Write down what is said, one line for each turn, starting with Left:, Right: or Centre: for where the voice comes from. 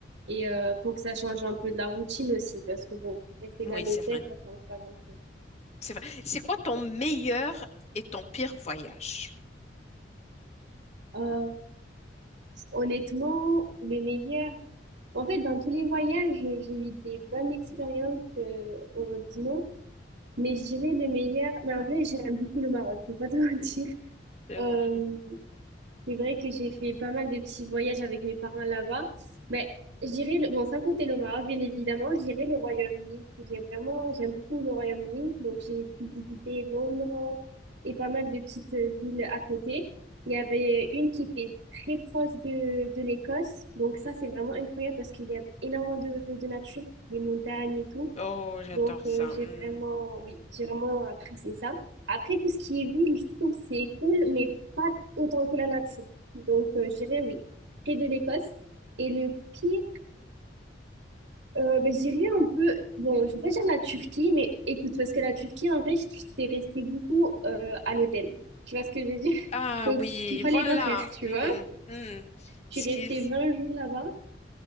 Right: Et euh, faut que ça change un peu de la routine aussi, parce que bon, rester
Left: Oui,
Right: là à l'hôtel,
Left: c'est vrai.
Right: ça change pas grand-chose.
Left: C'est vrai. C'est quoi ton meilleur et ton pire voyage?
Right: Euh, honnêtement, le meilleur... En fait, dans tous les voyages, j'ai eu des bonnes expériences, euh, heureusement. Mais je dirais le meilleur... Mais en vrai, j'aime beaucoup le Maroc, faut pas te <laughs> mentir.
Left: C'est
Right: Euh,
Left: vrai.
Right: C'est vrai que j'ai fait pas mal de petits voyages avec mes parents là-bas. Mais je dirais, le- bon, sans compter le Maroc, bien évidemment, je dirais le Royaume-Uni. J'ai vraiment, j'aime beaucoup le Royaume-Uni. Donc, j'ai pu visiter Londres et pas mal de petites euh, villes à côté. Il y avait une qui était très proche de, de l'Écosse. Donc, ça, c'est vraiment incroyable parce qu'il y a énormément de, de nature, des montagnes et tout.
Left: Oh, j'adore
Right: Donc, euh,
Left: ça.
Right: j'ai
Left: Hmm.
Right: vraiment, oui, j'ai vraiment apprécié ça. Après, tout ce qui est ville, je trouve que c'est cool, mais pas autant que la nature. Donc, euh, je dirais oui, près de l'Écosse. Et le pire, euh, ben, je dirais un peu, bon, je vais pas dire la Turquie, mais écoute, parce que la Turquie, en vrai, j'étais restée beaucoup euh, à l'hôtel. Tu vois ce que je veux dire?
Left: Ah
Right: <laughs> Donc,
Left: oui,
Right: ce qu'il fallait
Left: voilà.
Right: pas faire, tu
Left: Hmm,
Right: vois.
Left: hmm.
Right: J'ai
Left: Ce
Right: resté
Left: qu'il f-
Right: 20 jours là-bas.